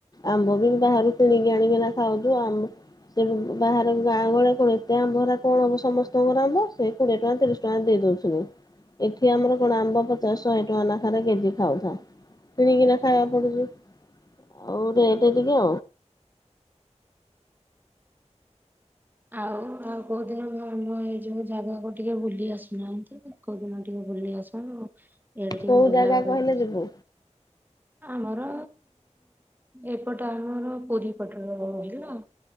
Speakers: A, on the left; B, on the right.
A: ଆମ୍ବ ବି ବାହାରୁ କିଣିକି ଆଣିକିନା ଖାଉଛୁ ଆମ୍ବ ସେଏ ବି ବାହାର ଗାଁ ଗଳେ କଣ ଏତେ ଆମ୍ବରେ କଣ ହବ ସମସ୍ତଙ୍କର ଆମ୍ବ ସେ କୋଡିଏ ଟଙ୍କା ତିରିଶ ଟଙ୍କାରେ ଦେଇ ଦୋଉଚନ୍ତି ଏଠି ଆମର କଣ ଆମ୍ବ ପଚାଶ ଶହେ ଟଙ୍କା ନାଖାରେ କେଜି ଖାଉଥା। କିଣିକିନା ଖାଇବାକୁ ପଡୁଛି ଆଉ ରେଟ ଟିକେ।
B: ଆଉ ଆଉ କୋଉଦିନ ଆମ ଏଇ ଯୋଉ ଜାଗାକୁ ଟିକେ ବୁଲି ଆସୁନାହାନ୍ତି? କଉ ଦିନ ଟିକେ ବୁଲି ଆସୁନ୍ତୁ ଇଆଡେ ଟିକେ
A: କୋଉ
B: ବୁଲା
A: ଜାଗା
B: ବୁଲି
A: କହିଲେ
B: କିଛ୍
A: ଯିବୁ
B: ଆମର। ଏପଟ ଆମର ପୁରୀ ପଟର ହେଲା